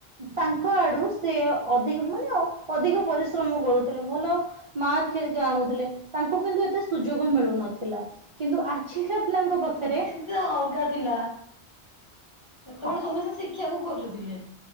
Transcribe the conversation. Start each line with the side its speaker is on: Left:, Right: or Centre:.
Right: ତାଙ୍କ ଆଡୁ ସେ ଅଧିକ ମାନେ ଆଉ ଅଧିକ ପରିଶ୍ରମ କରୁଥିଲେ, ଭଲ ମାର୍କେ ଆଣୁଥିଲେ। ତାଙ୍କୁ କିନ୍ତୁ ଏତେ ସୁଯୋଗ ମିଳୁନଥିଲା କିନ୍ତୁ ଆଛିିକା ପିଲାଙ୍କ ପାଖରେ
Left: ସେ ଅଲଗା ଥିଲା ସେତେବେଳେ
Right: ହଁ
Left: ସମସ୍ତେ ଶିକ୍ଷାକୁ ଖୋଜୁଥିଲେ।